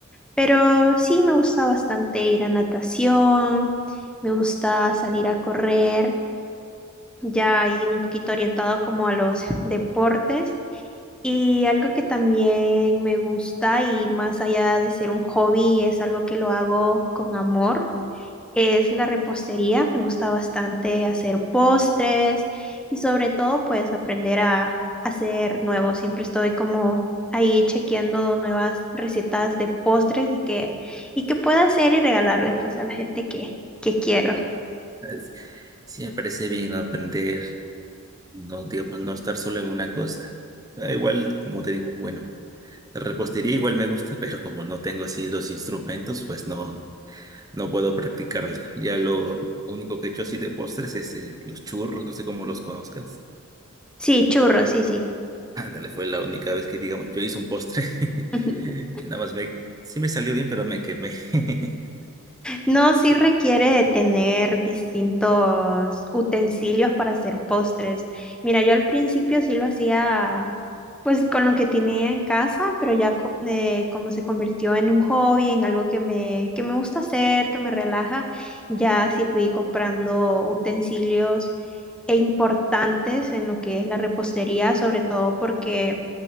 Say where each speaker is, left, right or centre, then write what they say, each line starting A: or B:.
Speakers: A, in the centre; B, on the right (about 15°).
A: pero sí me gusta bastante ir a natación, me gusta salir a correr, ya ahí un poquito orientado como a los <laughs> deportes. Y algo que también me gusta y más allá de ser un hobby, es algo que lo hago con amor es la repostería. Me gusta bastante hacer postres y sobre todo pues aprender a hacer nuevos. Siempre estoy como ahí chequeando nuevas recetas de postres y que, y que pueda hacer y regalarle pues a la gente que, que quiero.
B: Es- Sí, me parece bien ¿no? aprender, no, digo, pues, no estar solo en una cosa. Ah, Igual, como te digo, bueno, la repostería igual me gusta, <laughs> pero como no tengo así los instrumentos, pues no, no puedo practicarla. Ya lo único que he hecho así de postres es eh, los churros, no sé cómo los conozcas.
A: Sí, churros, sí, sí.
B: Ándale, fue la única vez que, digamos, yo hice un postre <laughs>
A: <laughs>
B: y nada más me, sí me salió bien, pero me quemé. <laughs>
A: No, sí requiere de tener distintos utensilios para hacer postres. Mira, yo al principio sí lo hacía pues con lo que tenía en casa, pero ya co- eh, como se convirtió en un hobby, en algo que me, que me gusta hacer, que me relaja, ya sí fui comprando utensilios e importantes en lo que es la repostería, sobre todo porque